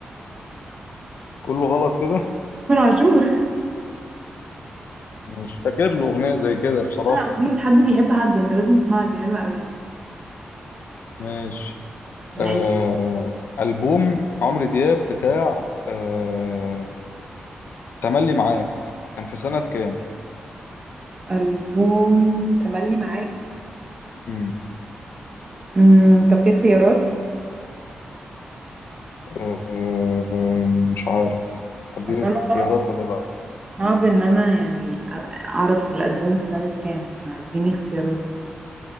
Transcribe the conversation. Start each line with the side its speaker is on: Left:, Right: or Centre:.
Left: كله غلط كده
Right: تامر عاشور
Left: مش فاكر له اغنيه زي كده بصراحه
Right: آه، أغنية حد بيحب حد أنت لازم تسمعها دي حلوة قوي
Left: ماشي
Right: ماشي
Left: آه البوم عمرو دياب بتاع آه تملي معاك كان في سنه كام
Right: ألبوم تملي معاك
Left: مم.
Right: امم طب في اختيارات
Left: آه مش عارف اديلك
Right: بس أنا
Left: اختيارات
Right: صعب
Left: ولا لا
Right: صعب إن أنا يعني أ- أعرف الألبوم في سنة كام فاديني اختيارات